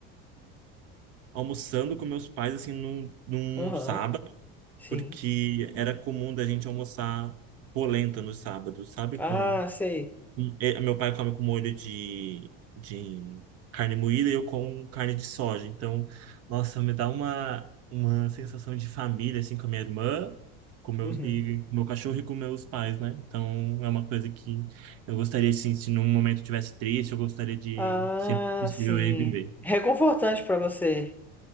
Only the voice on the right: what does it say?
almoçando com meus pais, assim, num, num
sábado,
porque era comum da gente almoçar polenta nos sábados, sabe?
Com,
com- eh, meu pai come com molho de, de carne moída e eu com carne de soja. Então, nossa, me dá uma, uma sensação de família, assim, com a minha irmã, com meus,
e com meu cachorro e com meus pais, né? Então, é uma coisa que eu gostaria, assim, se num momento eu tivesse triste, eu gostaria de,
sempre que possível,
reviver.